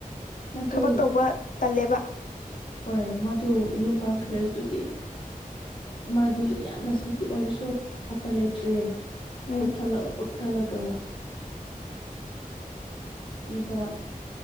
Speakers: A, on the left (about 35°); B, on the left (about 60°).
A: ꯃꯗꯣ
B: ꯊꯕꯛ ꯇꯧꯕ ꯇꯜꯂꯦꯕ
A: ꯍꯣꯏ ꯃꯗꯨ ꯌꯨꯝ ꯄꯥꯟꯈ꯭ꯔꯦ ꯑꯗꯨꯗꯤ ꯃꯥꯗꯣ ꯌꯥꯝꯅ ꯁ꯭ꯂꯤꯞꯄꯤ ꯑꯣꯏꯔꯁꯨ ꯎꯄꯥꯏ ꯂꯩꯇ꯭ꯔꯦ
B: ꯎꯝ
A: ꯎꯊꯠꯂꯒ ꯎꯊꯠꯂꯒ ꯏꯕ